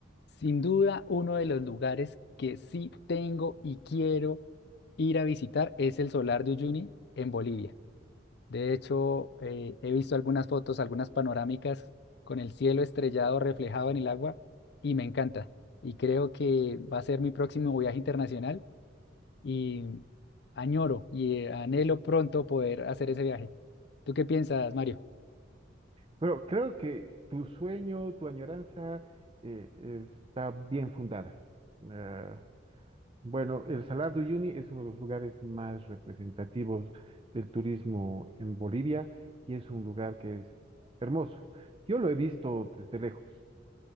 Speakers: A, on the left (about 55°); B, on the right (about 25°).
A: Sin duda, uno de los lugares que sí tengo y quiero ir a visitar es el Solar de Uyuni en Bolivia. De hecho, eh, he visto algunas fotos, algunas panorámicas con el cielo estrellado reflejado en el agua y me encanta. Y creo que va a ser mi próximo viaje internacional y añoro y eh, anhelo pronto poder hacer ese viaje. ¿Tú qué piensas, Mario?
B: Pero creo que tu sueño, tu añoranza eh, está bien fundada. Eh, bueno, el Salar de Uyuni es uno de los lugares más representativos del turismo en Bolivia y es un lugar que es hermoso. Yo lo he visto desde lejos.